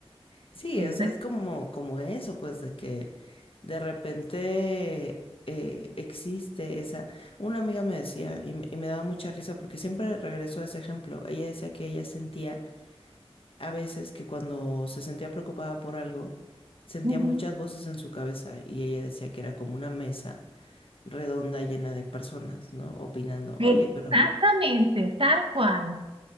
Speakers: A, on the left; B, on the right.
A: Sí,
B: Entonces,
A: o sea, es como, como eso, pues, de que de repente eh, existe esa. Una amiga me decía, y, me- y me daba mucha risa, porque siempre regreso a ese ejemplo. Ella decía que ella sentía a veces que cuando se sentía preocupada por algo, sentía
B: Ujú.
A: muchas voces en su cabeza, y ella decía que era como una mesa redonda llena de personas, ¿no? Opinando,
B: exactamente,
A: oye, pero...
B: tal cual.